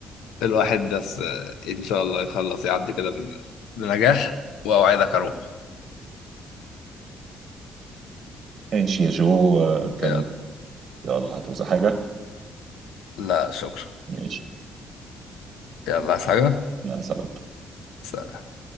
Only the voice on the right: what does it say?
ماشي يا جو كان
يلا هتوزع حاجه
ماشي
مع السلامه